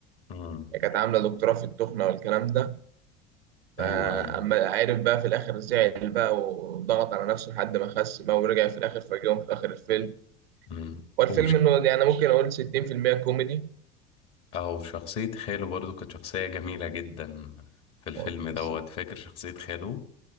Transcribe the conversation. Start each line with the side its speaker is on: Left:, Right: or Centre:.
Left: مم.
Right: هي كانت عاملة دكتوراه في التخنة والكلام ده فأما
Left: ايوه ايوه
Right: عارف بقى في الآخر زعل بقى وضغط على نفسه لحد ما خس بقى ورجع في الآخر فاجئهم في آخر الفيلم
Left: مم.
Right: هو الفيلم
Left: وش
Right: إنه يعني ممكن أقول 60% كوميدي
Left: او شخصية خاله برضو كانت شخصية جميلة جدا في الفيلم
Right: أه بس
Left: دوت فاكر شخصية خاله